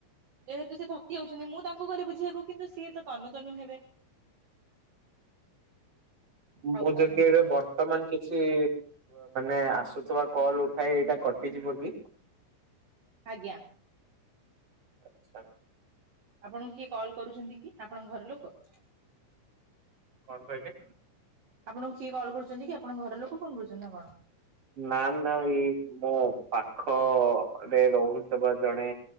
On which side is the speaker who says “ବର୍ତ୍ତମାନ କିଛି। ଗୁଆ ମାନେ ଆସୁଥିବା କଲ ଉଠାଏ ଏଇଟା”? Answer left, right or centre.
Right